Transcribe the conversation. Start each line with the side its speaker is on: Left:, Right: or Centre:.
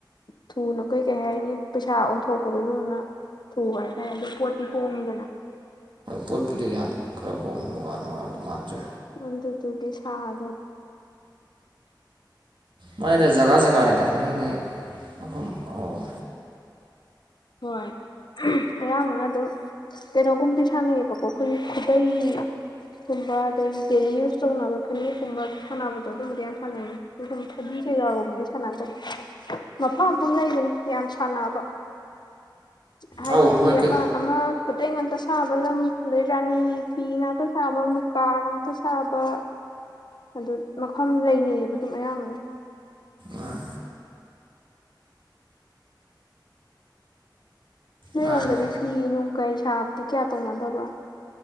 Left: ꯊꯨꯅ ꯀꯩ ꯀꯩ ꯍꯥꯏꯅꯤ ꯄꯩꯁꯥ ꯑꯣꯟꯊꯣꯛꯄꯗꯣ ꯑꯗꯨꯗꯨꯅ ꯊꯨꯕ ꯍꯥꯏꯇꯥꯔꯦ ꯑꯗꯣ ꯄꯣꯠꯇꯤ ꯍꯣꯡꯉꯤꯗꯅ
Right: ꯄꯣꯠꯄꯨꯗꯤ ꯌꯥꯝ ꯈꯔ ꯍꯣꯡꯉ ꯃꯨꯉ ꯅꯨꯡꯉꯥ ꯑꯗꯨ ꯃꯥꯟꯗ꯭ꯔꯦ
Left: ꯑꯗꯨꯗꯨꯒꯤ ꯁꯗꯕ
Right: ꯃꯥꯥꯏꯅ ꯖꯒꯥ ꯖꯒꯥꯅꯤꯗ ꯅꯣꯏ ꯅꯣꯏ ꯃꯐꯝ ꯑꯥ
Left: ꯍꯣꯏ ꯑꯌꯥꯝꯕꯅ ꯑꯗꯨꯝ ꯀꯩꯅꯣꯒꯨꯝꯕꯗꯤ ꯁꯥꯟꯅꯩꯌꯦꯕꯀꯣ ꯈꯣꯏ ꯈꯨꯗꯩ ꯒꯨꯝꯕ ꯑꯗꯒꯤ ꯗꯦꯂꯤ ꯌꯨꯁ ꯇꯧꯅꯕ ꯐꯅꯦꯛꯀꯨꯝꯕ ꯁꯥꯟꯅꯕꯗꯣ ꯑꯗꯨꯝꯕꯗꯤ ꯌꯥꯝ ꯁꯥꯟꯅꯩꯌꯦ ꯎꯝ ꯐꯥꯗꯤ ꯀꯩꯀꯥꯒꯨꯝꯕꯗꯤ ꯁꯥꯟꯅꯗꯕ ꯃꯐꯝ ꯃꯐꯝ ꯂꯩꯕꯅꯦ ꯁꯥꯟꯅꯕ ꯍꯥꯏꯗꯤ
Right: ꯑꯧ
Left: ꯐꯤ
Right: ꯍꯣꯏ ꯀꯩ
Left: ꯑꯃꯥ ꯑꯃꯥ ꯈꯨꯗꯩ ꯉꯥꯛꯇ ꯁꯥꯕ ꯂꯝ ꯑꯗꯩ ꯔꯥꯅꯤ ꯐꯤ ꯉꯥꯛꯇ ꯁꯥꯕ ꯃꯨꯀꯥ ꯉꯥꯛ ꯇꯥ ꯁꯥꯕ ꯑꯗꯨꯝ ꯃꯐꯝ ꯂꯩꯅꯩꯌꯦꯕ ꯑꯗꯨꯝ ꯑꯌꯥꯝꯕꯅ
Right: ꯑꯥ
Left: ꯅꯣꯏꯔꯣꯝꯗꯗꯤ
Right: ꯃꯥꯅꯤ
Left: ꯐꯤ ꯅꯨꯡ ꯀꯩ ꯁꯥꯕꯗꯤ ꯀꯌꯥ ꯇꯧꯅꯗꯕ꯭ꯔꯣ